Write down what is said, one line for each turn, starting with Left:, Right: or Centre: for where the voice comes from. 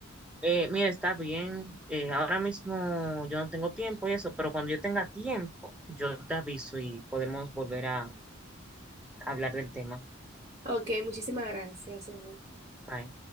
Centre: Eh, mira, está bien. eh, ahora mismo yo no tengo tiempo y eso, pero cuando yo tenga tiempo, yo te aviso y podemos volver a hablar del tema.
Right: Ok, muchísimas gracias, Emanuel.
Centre: Bye.